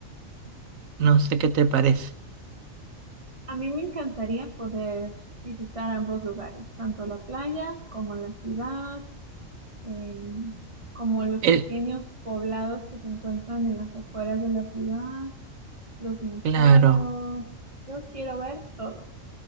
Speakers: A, on the right; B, on the right.
A: No sé qué te parece.
B: a mí me encantaría poder visitar ambos lugares, tanto la playa como la ciudad, em, como los
A: El
B: pequeños poblados que se encuentran en las afueras de la ciudad, los museos.
A: claro,
B: Yo quiero ver todo.